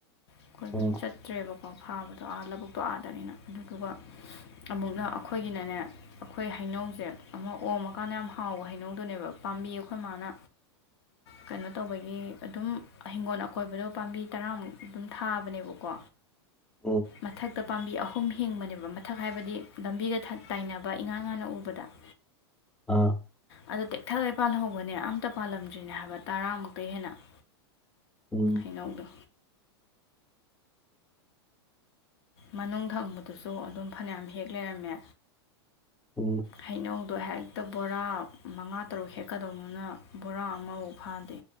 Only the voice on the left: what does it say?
ꯑꯩꯈꯣꯏꯁꯨ
ꯆꯠꯇ꯭ꯔꯦꯕꯀꯣ ꯐꯥꯕꯗꯣ ꯑꯥ ꯂꯧꯕꯨꯛꯇꯣ ꯑꯥꯗꯅꯤꯅ ꯑꯗꯨꯗꯨꯒ ꯑꯃꯨꯛꯅ ꯑꯩꯈꯣꯏꯒꯤꯅꯅꯦ ꯑꯩꯈꯣꯏ ꯍꯩꯅꯧꯁꯦ ꯑꯃ ꯑꯣꯝꯃꯀꯥꯟꯗ ꯌꯥꯝ ꯍꯥꯎꯕ ꯍꯩꯅꯧꯗꯨꯅꯦꯕ ꯄꯥꯝꯕꯤ ꯑꯩꯈꯣꯏ ꯃꯥꯅ ꯀꯩꯅꯣ ꯇꯧꯕꯒꯤ ꯑꯗꯨꯝ ꯍꯤꯡꯒꯣꯜ ꯑꯀꯣꯏꯕꯗꯣ ꯄꯥꯝꯕꯤ ꯇꯔꯥꯃꯨꯛ ꯑꯗꯨꯝ ꯊꯥꯕꯅꯦꯕꯀꯣ
ꯃꯊꯛꯇ ꯄꯥꯝꯕꯤ ꯑꯍꯨꯝ ꯍꯤꯡꯕꯅꯦꯕ ꯃꯊꯛ ꯍꯥꯏꯕꯗꯤ ꯂꯝꯕꯤꯒ ꯇꯥꯏꯅꯕ ꯏꯉꯥꯡ ꯉꯥꯅ ꯎꯕꯗ <unintelligible>
ꯑꯗꯨ ꯇꯦꯛꯊꯛꯂꯩ ꯄꯥꯜꯍꯧꯕꯅꯦ ꯑꯝꯇ ꯄꯥꯜꯂꯝꯗ꯭ꯔꯤꯅꯦ ꯍꯥꯏꯕ ꯇꯔꯥꯃꯨꯛꯛꯇꯩ ꯍꯦꯟꯅ <inaudible>
ꯑꯩꯅꯧꯗꯣ ꯃꯅꯨꯡ ꯊꯪꯕꯗꯨꯁꯨ ꯑꯗꯨꯝ ꯐꯅꯌꯥꯝ ꯍꯦꯛ ꯂꯩꯔꯝꯃꯦ
ꯍꯩꯅꯧꯗꯣ ꯍꯦꯛꯇ ꯕꯣꯔꯥ ꯃꯉꯥ ꯇꯔꯨꯛ ꯍꯦꯛꯀꯗꯧꯅꯤꯅ ꯕꯣꯔꯥ ꯑꯃꯐꯥꯎ ꯐꯥꯗꯦ